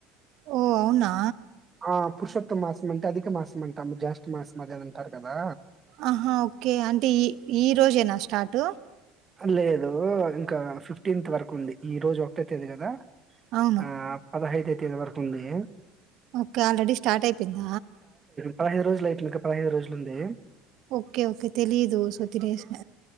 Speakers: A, on the right; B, on the right.
A: ఓ అవునా
B: ఆ పురుషోత్తమ మాసం అంటే అధిక మాసం అంటాము జాస్ మాసం అదే అంటారు కదా
A: ఆహా ఒకే అంటే ఈ ఈ రోజేన స్టార్ట్
B: లేదు ఇంకా ఫిఫ్టీన్త్ వరకు ఉంది ఈ రోజు ఒకటెతేది కదా
A: అవును
B: ఆ పదహైద తేదీ వరకు ఉంది
A: ఒకే ఆల్రెడీ స్టార్ట్ అయిపోయింద
B: పదహై రోజలులయితుంది ఇక పదహైదు రోజులు ఉంది
A: ఒకే ఒకే తెలీదు సో తినేస